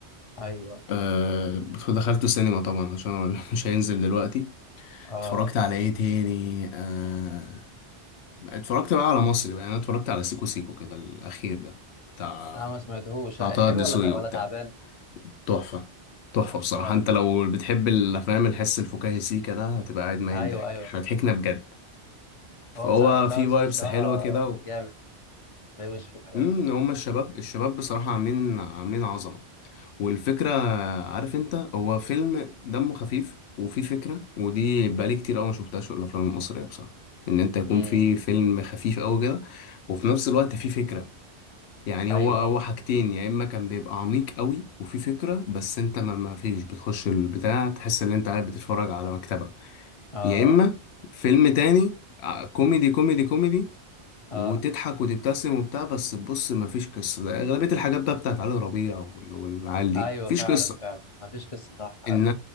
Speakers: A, on the left; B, on the left.
A: ايوه
B: أه دخلته سينما طبعا عشان هو <laughs> مش هينزل دلوقتي
A: اه
B: اتفرجت على ايه تاني أه اتفرجت بقى على مصري بقى يعني انا اتفرجت على سيكو سيكو كده الاخير ده بتاع
A: لا ما سمعتهوش
B: بتاع
A: حلو
B: طه دسوقي
A: ولا تع- ولا
B: وبتاع
A: تعبان
B: تحفة تحفة بصراحة
A: لا والله
B: انت لو بتحب الافلام الحس الفكاهي سيكا ده هتبقى قاعد ميت
A: ايوه
B: ضحك
A: ايوه
B: احنا ضحكنا بجد فهو
A: هو تص- طه
B: في
A: دسوقي
B: فايبس
A: صراحه
B: حلوة كده و...
A: جامد بيوش في الحاجات
B: امم
A: دي
B: هما الشباب الشباب بصراحة عاملين عاملين عظمة والفكرة عارف انت هو فيلم دمه خفيف وفيه فكرة ودي بقالي كتير قوي ما شفتهاش في الافلام المصرية بصراحة ان انت يكون
A: امم
B: في فيلم خفيف قوي كده وفي نفس الوقت فيه فكرة يعني
A: ايوه
B: هو هو
A: ايوه
B: حاجتين يا اما كان بيبقى عميق قوي وفي فكره بس انت ما ما فيش بتخش البتاع تحس ان انت قاعد بتتفرج على مكتبه
A: اه
B: يا اما فيلم تاني ع- كوميدي كوميدي كوميدي
A: اه
B: وتضحك وتبتسم وبتاع بس بص ما فيش قصه ده اغلبيه الحاجات بقى بتاعت علي ربيع وال- والعيال دي
A: ايوه
B: مفيش
A: فعلا
B: قصه
A: فعلا ما فيش قصه صح
B: ان
A: ايوه